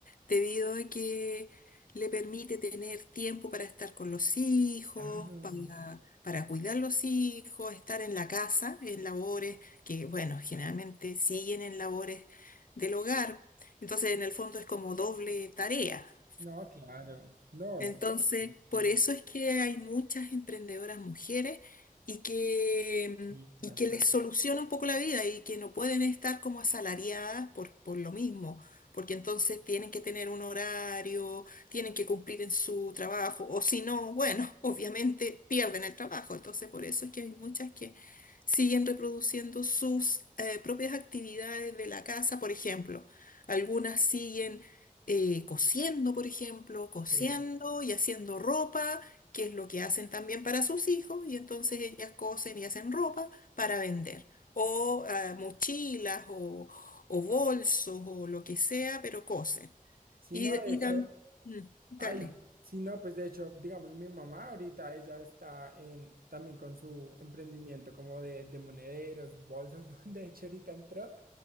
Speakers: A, on the left; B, on the right.
A: debido a que le permite tener tiempo para estar con los hijos,
B: claro.
A: para, para cuidar los hijos, estar en la casa, en labores que, bueno, generalmente siguen en labores del hogar. Entonces, en el fondo es como doble tarea,
B: No, claro. No,
A: entonces, por
B: no,
A: eso es que hay muchas emprendedoras mujeres y que,
B: sí, basta-
A: y que les soluciona un poco la vida y que no pueden estar como asalariadas por, por lo mismo, porque entonces tienen que tener un horario, tienen que cumplir en su trabajo, o si no, bueno, <laughs> obviamente pierden el trabajo. Entonces, por eso es que hay muchas que siguen reproduciendo sus eh, propias actividades de la casa, por ejemplo. Algunas siguen eh, cosiendo, por ejemplo, cosiendo
B: Sí.
A: y haciendo ropa, que es lo que hacen también para sus hijos, y entonces ellas cosen y hacen ropa para vender, o ah, mochilas o, o bolsos o lo que sea, pero cosen.
B: Sí,
A: Y,
B: no, de
A: y
B: hecho,
A: dan- mm, dale,
B: Ay, sí, no, pues de hecho, digamos, mi mamá ahorita ella está en también con su emprendimiento como de, de monederos, bolsos, <laughs> donde de hecho ahorita entró